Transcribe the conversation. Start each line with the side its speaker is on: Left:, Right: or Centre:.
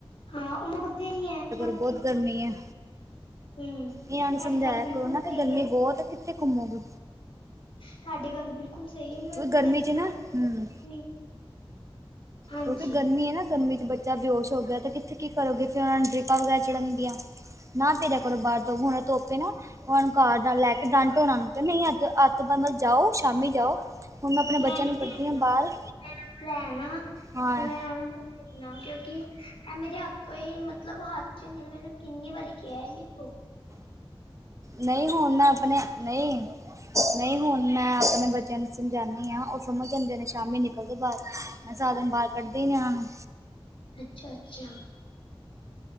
Left: ਹਾਂ, ੳਹ ਮੁੜਦੇ ਨੀ ਹੈ ਹੂੰ,
Right: ਬਹੁਤ ਗਰਮੀ ਹੈ
Left: ਤੁਹਾਡੀ
Right: ਇਹਨਾਂ ਨੂੰ ਸਮਝਾਇਆ
Left: ਗੱਲ ਬਿਲਕੁਲ
Right: ਕਰੋ ਨਾ ਕਿ
Left: ਸਹੀ
Right: ਗਰਮੀ
Left: ਏ।
Right: ਬਹੁਤ ਹੈ ਕਿੱਥੇ ਘੁਮੋਗੇ?
Left: ਤੁਹਾਡੀ ਗੱਲ ਬਿਲਕੁਲ ਸਹੀ ਏ, ਮੈਂ,
Right: ਕਿਉਂਕਿ ਗਰਮੀ
Left: ''ਮੇਂ
Right: 'ਚ
Left: ਕੀ ਕਰਾਂ
Right: ਨਾ ਹੂੰ
Left: ਹਾਂਜੀ
Right: ਕਿਉਂਕਿ ਗਰਮੀ ਐਨਾ, ਗਰਮੀ'ਚ- ਬੱਚਾ ਬੇਉਸ਼ ਹੋ ਗਿਆ, ਤੇ ਕਿੱਥੇ ਕੀ ਕਰੋਗੇ। ਫਿਰ ਉਹਨਾਂ ਨੂੰ ਡ੍ਰਿਪਾਂ ਵਗੈਰਾ ਚੜਨਗੀਆਂ। ਨਾ ਭੇਜਿਆ ਕਰੋ, ਤੋਂ ਬਾਹਰ ਤੋਂ ਹੁਣ ਧੁੱਪ ਏ ਨਾ, ਹੁਣ ਘਰ ਦਾ ਲੈਕੇ ਡਾਂਟੋ ਨਾ ਉਹਨੂੰ, ਤੇ ਨਹੀਂ ਅੱਜ - ਤੋਂ ਬਾਅਦ ਮਤ ਜਾਓ। ਸ਼ਾਮੀ ਜਾਓ। ਹੁਣ ਮੈਂ ਆਪਣੇ ਬੱਚਿਆਂ
Left: ਨੀ
Right: ਨੂੰ ਕੱਢਦੀ
Left: ਭੇਜਣਾ
Right: ਹਾਂ, ਬਾਹਰ
Left: ਮੈਂ ਇਹਨਾਂ ਨੂੰ ਲੈਣਾ ਤੇ,
Right: ਹਾਂ
Left: ਮੈਂ ਉਹਨਾਂ ਭੇਜਣਾ, ਕਿਉਂਕਿ ਇਹ ਮੇਰੇ ਆਪ ਤੋਂ ਇਹ ਮਤਲਬ ਹੱਥ'ਚ ਨੇ, ਮੈ ਇਨ੍ਹਾਂ ਨੂੰ ਕਿੰਨੀ ਵਾਰੀ ਕਿਹਾ ਇੰਨੀ ਧੋ
Right: ਨਹੀਂ, ਹੁਣ ਮੈਂ ਆਪਣੇ ਨਈ ਨਈ, ਹੁਣ ਮੈਂ ਆਪਣੇ ਬੱਚਿਆਂ ਨੂੰ ਸਮਝਾਨੀ ਆਂ, ਉਹ ਸਮਝ ਜਾਂਦੇ ਨੇ ਸ਼ਾਮੀ ਨਿਕਲਦੇ ਨੇ ਬਾਹਰ। ਸਾਰਾ ਦਿਨ ਬਾਹਰ ਕੱਢਦੇ ਈ ਨੀ ਉਹਨਾਂ ਨੂੰ।
Left: ਅੱਛਾ-ਅੱਛਾ।